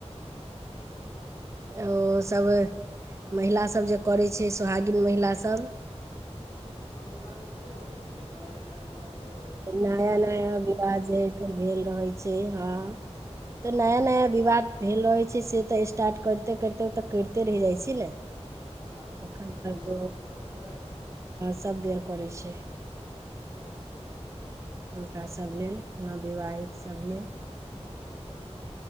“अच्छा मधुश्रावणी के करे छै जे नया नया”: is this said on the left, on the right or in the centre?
Left